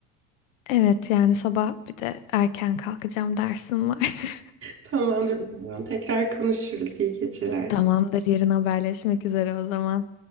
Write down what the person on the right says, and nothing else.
Tamamdır. o zaman. Tekrar konuşuruz. İyi geceler.